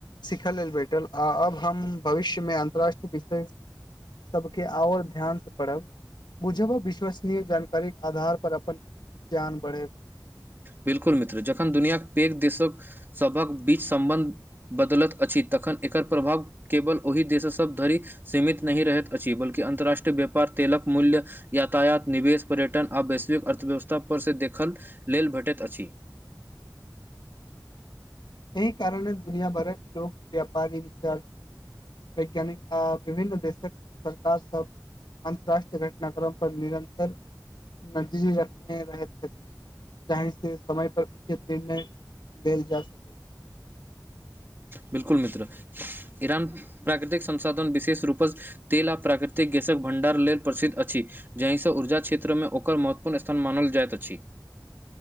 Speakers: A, on the left; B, on the right.
A: सिखय लेल भेटल आ अब हम भविष्यमे अन्तररााष्ट्रीय विषय सभके आओर ध्यान स पढ़ब। बुझब अ विश्वसनीय जानकारीक आधार पर अपन ज्ञान बढ़ैत।
B: बिल्कुल मित्र जखन दुनियाक पैघ देशक सभक बीच सम्बन्ध बदलत अ छी तखन एकर प्रभाव केवल ओहि देश सभ धरि सीमित नहि रहैत अछि बल्कि अंतर्राष्ट्रीय व्य पार तेलक मूल्य यातायात निवेश पर्यटन आ वैश्विक अर्थव्यवस्था पर से देखक लेल भेटैत अछि।
A: एहि कारण दुनिया भरक लोक व्यापारी विद्यार्थी वैज्ञानिक आ विभिन्न देशक सरकार सब अंतरराष्ट्रीय घटना क्रम पर निरन्तर नजरी रखने रहैत छथि। जाही से समय पर उचित निर्णय लेल जा सकै।
B: बिल्कुल मित्र ईरान प्राकृतिक संसाधन विशेष रूपसँ तेल आ प्राकृतिक गैसक भण्डार लेल प्रसिद्ध अछि। जाहि स ऊर्जा क्षेत्र मे ओकर महत्वपूर्ण स्थान मानल जाइत अछि।